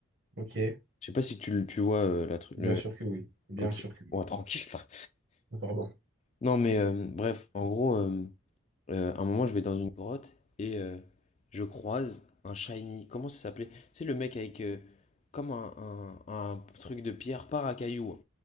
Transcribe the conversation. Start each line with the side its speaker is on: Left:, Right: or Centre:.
Right: Ok.
Left: Je sais pas si tu, le- tu vois euh, la, tru-
Right: Bien
Left: le...
Right: sûr que oui. Bien
Left: Ok,
Right: sûr que oui.
Left: ouais, tranquille. enfin.
Right: Oh, Pardon.
Left: Non, mais euh, bref, en gros, euh, Euh, à un moment, je vais dans une grotte et euh, je croise un shiny. Comment ça s'appelait? C'est le mec avec euh, comme un, un- un truc de pierre, par à cailloux.